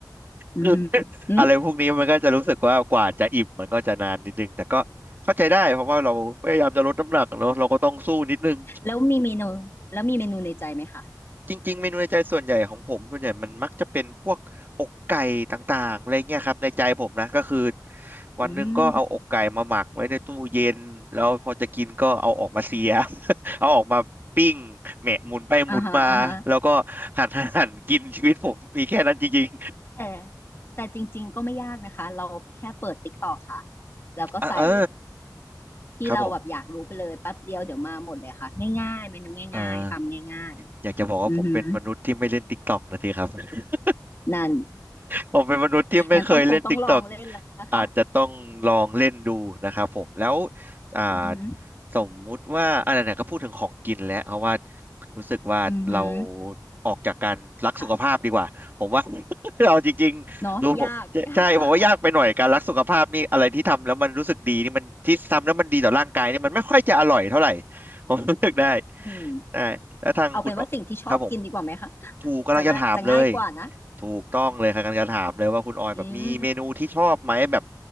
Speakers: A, on the left; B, on the right.
A: อือหืออืม
B: <laughs> อะไรพวกนี้มันก็จะรู้สึกว่ากว่าจะอิ่มมันก็จะนานนิดนึงแต่ก็เข้าใจได้เพราะว่าเราพยายามจะลดน้ำหนักเนอะเราก็ต้องสู้นิดนึง
A: แล้วมีเมนูแล้วมีเมนูในใจไหมคะ
B: จริงๆเมนูในใจส่วนใหญ่ของผมส่วนใหญ่มันมักจะเป็นพวกอกไก่ต่างๆอะไรเงี้ยครับในใจผมนะก็คือวันหนึ่งก็เอาอกไก่มาหมักไว้ในตู้เย็นแล้วพอจะกินก็เอาออกมาเสีย
A: อืม
B: <laughs> เอาออกมาปิ้งแหมะหมุนไปหมุนมาแล้วก็หั่น
A: อ่าฮะอ่าฮะ
B: <laughs> หั่นหั่นกินชีวิตผมมีแค่นั้นจริง
A: แต่แต่จริงๆก็ไม่ยากนะคะเราแค่เปิด t i k t อกค่ะ
B: ๆอ่ะเออ
A: แล้วก็ใส่ที่เราแบบอยากรู้ไปเลยแป๊บเดียวเดี๋ยวมาหมดเลยค่ะง่ายๆเมนูง่ายๆทำง่ายๆอือหือ
B: ครับผมอ่า อยากจะบอกว่าผมเป็นมนุษย์ที่ไม่เล่นติ๊กต็อกนะทีครับ <laughs> อ
A: นั่น
B: ผมเป็นมนุษย์ที่ไม่เคยเล่น
A: <laughs> งั้นต้องคงต้องลองเล่นแล้วค่ะ
B: TikTok อาจจะต้องลองเล่นดูนะครับผมแล้วอ่า
A: อือหือ
B: สมมุติว่าอะไรเนี่ยก็พูดถึงของกินแล้วเพราะว่ารู้สึกว่าเรา
A: อือหือ
B: ออกจากการรักสุขภาพดีกว่าผมว่า
A: ค่ะ
B: <laughs> เอาจริงๆรู้ผมใช่ผมว่ายากไปหน่อยการรักสุขภาพนี่อะไรที่ทำแล้วมันรู้สึกดีนี่มันที่ทำแล้วมันดีต่อร่างกายนี่มันไม่ค่อยจะอร่อยเท่าไหร่
A: เนาะยากยาก
B: <laughs> ผมรู้สึกได้
A: อืม
B: ได้แล้วทางคุณ
A: เอาเป็นว่าสิ่งที่ชอบกินดีกว่าไหมคะ
B: ครับผมถูกกำลังจะถามเลย
A: จะน่าจะง่ายกว่านะ
B: ถูกต้องเลยค่ะกำลังจะถามเลยว่าคุณออยแบบมีเมนูที่ชอบไหมแบบ
A: อืม